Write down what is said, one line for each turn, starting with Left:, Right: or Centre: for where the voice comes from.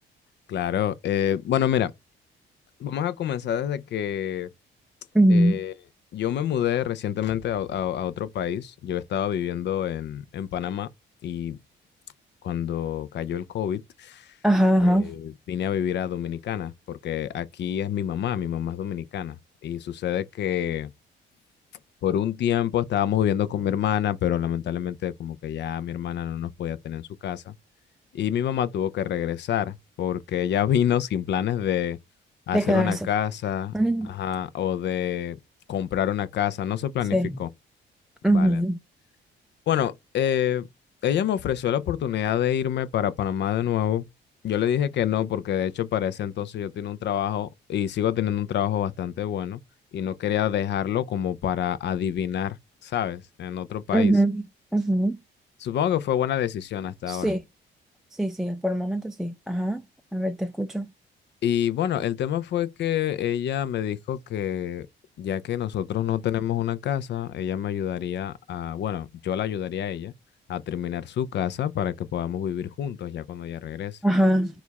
Left: Claro, eh, bueno, mira, vamos a comenzar desde que
Centre: Mm,
Left: Eh, yo me mudé recientemente a, a- a otro país. Yo estaba viviendo en, en Panamá y cuando cayó el COVID,
Centre: Ajá, ajá,
Left: eh, vine a vivir a Dominicana porque aquí es mi mamá, mi mamá es dominicana. Y sucede que por un tiempo estábamos viviendo con mi hermana, pero lamentablemente como que ya mi hermana no nos podía tener en su casa. Y mi mamá tuvo que regresar porque ella <laughs> vino sin planes de hacer
Centre: de quedarse.
Left: una casa,
Centre: Ujú,
Left: ajá, o de comprar una casa, no se planificó.
Centre: Sí.
Left: Vale.
Centre: Ujú,
Left: Bueno, eh, ella me ofreció la oportunidad de irme para Panamá de nuevo. Yo le dije que no, porque de hecho para ese entonces yo tenía un trabajo y sigo teniendo un trabajo bastante bueno y no quería dejarlo como para adivinar, ¿sabes? En otro país.
Centre: ujú, ujú.
Left: Supongo que fue buena decisión hasta
Centre: Sí,
Left: ahora.
Centre: sí, sí, por el momento sí. Ajá, a ver, te escucho.
Left: Y bueno, el tema fue que ella me dijo que ya que nosotros no tenemos una casa, ella me ayudaría a, bueno, yo la ayudaría a ella a terminar su casa para que podamos vivir juntos ya cuando ella regrese.
Centre: Ajá,